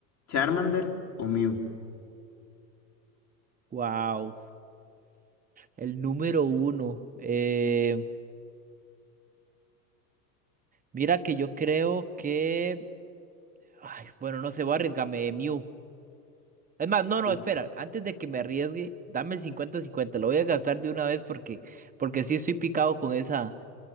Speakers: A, on the left (about 35°); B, on the right (about 15°).
A: Charmander o Mew?
B: Wow. El número uno. Eh, mira que yo creo que... Ay, bueno, no sé, voy a arriesgarme, Mew. Es más, no,
A: Uf,
B: no, espera. Antes de que me arriesgue, dame el cincuenta-cincuenta. Lo voy a gastar de una vez porque, porque sí estoy picado con esa,